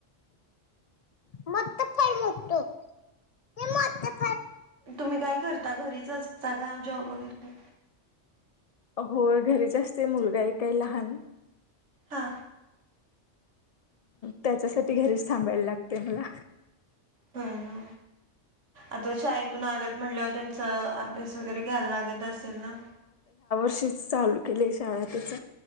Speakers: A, on the left; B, on the right.
A: मगत फारतो <unintelligible>
B: तुम्ही काय करता घरीच असता का जॉब वगैरे
A: होय घरीच असते मुलगा एक आहे लहान
B: हा
A: त्याच्यासाठी घरीच थांबायला लागते मला
B: हो ना आता शाळेतून आलेत म्हणल्यावर त्यांचा अभ्यास वगैरे घ्यायला लागत असेल ना
A: च चालू केले शाळा त्याच